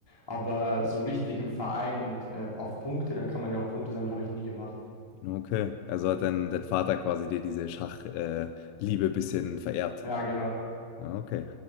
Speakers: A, in the centre; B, on the left.
A: Aber so richtig im Verein und äh, auf Punkte, da kann man ja auch Punkte sammeln, habe ich nie gemacht.
B: Okay, also hat dein, dein Vater quasi dir diese Schachliebe äh, Liebe bisschen vererbt.
A: Ja, genau.
B: Ah, Okay.